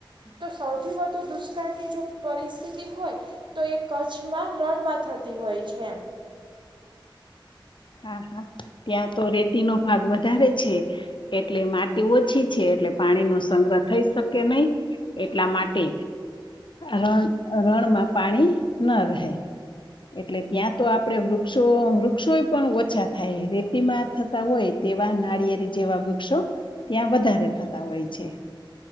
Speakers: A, on the right; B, on the left.
A: તો સૌથી વધુ દુષ્કાળની જો પરિસ્થિતિ હોય તો એ કચ્છમાં રણમાં થતી હોય છે એમ
B: હા હા ત્યાં તો રેતી નો ભાગ વધારે છે એટલે માટી ઓછી છે એટલે પાણી નો સંગ્રહ થઈ શકે નહી એટલા માટે રણ રણમાં પાણી ન રહે. એટલે ત્યાં તો આપણે વૃક્ષો વૃક્ષો એ પણ ઓછા થાય. રેતીમાં થતા હોય તેવા નારિયેળી જેવા વૃક્ષો ત્યાં વધારે થતા હોય છે.